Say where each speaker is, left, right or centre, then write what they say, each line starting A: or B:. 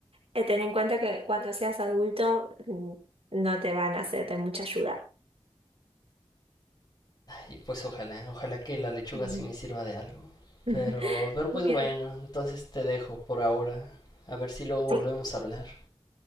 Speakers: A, on the right; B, on the left.
A: eh, ten en cuenta que cuando seas adulto mm, no te van a hacer de mucha ayuda.
B: Y pues ojalá, ojalá que la lechuga
A: Ujú.
B: sí me sirva de algo.
A: <laughs>
B: Pero, pero pues
A: Muy bien.
B: bueno, entonces te dejo por ahora. A ver si luego volvemos
A: Sí.
B: a hablar.